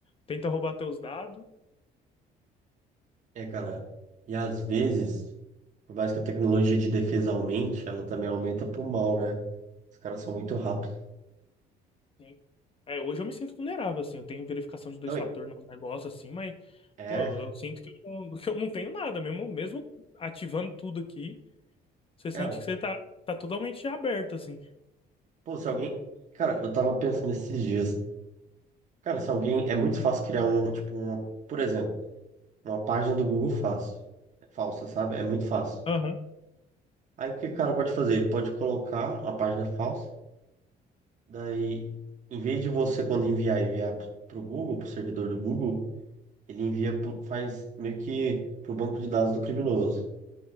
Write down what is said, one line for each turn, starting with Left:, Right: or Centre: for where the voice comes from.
Left: Tenta roubar teus dados.
Right: É, cara. E às vezes, por mais que a tecnologia de defesa aumente, ela também aumenta pro mal, né? Os caras são muito rápidos.
Left: Sim. É, hoje eu me sinto vulnerável, assim. Eu tenho verificação de dois
Right: Não,
Left: fatores
Right: e-
Left: no negócio, assim, mas,
Right: é,
Left: pô, eu sinto que eu, não- <laughs> que eu não tenho nada. Mesmo, mesmo ativando tudo aqui, você sente
Right: cara.
Left: que você tá, tá totalmente aberto, assim.
Right: Pô, se alguém. Cara, eu tava pensando esses dias. Cara, se alguém. É muito fácil criar um, tipo, uma, por exemplo, uma página do Google fácil, falsa, sabe? É muito fácil.
Left: Aham.
Right: Aí o que o cara pode fazer? Ele pode colocar a página falsa, daí, em vez de você, quando enviar, enviar pro Google, pro servidor do Google, ele envia, pro- faz meio que pro banco de dados do criminoso.